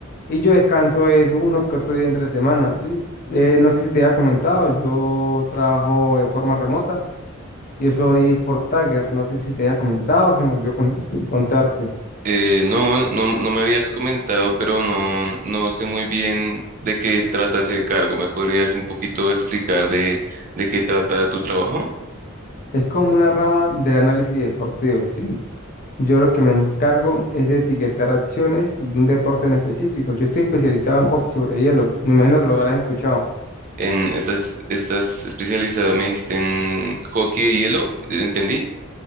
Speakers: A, on the left; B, on the right.
A: Y yo descanso es uno que otro día entre semana, ¿sí? Eh, no sé si te había comentado, yo trabajo de forma remota. Yo soy Sport Tagger. No sé si te había comentado, se me olvidó con- contarte.
B: Eh, no, no, no me habías comentado, pero no, no sé muy bien de qué trata ese cargo. ¿Me podrías un poquito explicar de, de qué trata tu trabajo?
A: Es como una rama del análisis deportivo, ¿sí? Yo lo que me encargo es de etiquetar acciones de un deporte en específico. Yo estoy especializado en hockey sobre hielo. Me imagino que lo habrás escuchado.
B: En, estás, estás especializado, me dijiste en hockey de hielo, ¿entendí?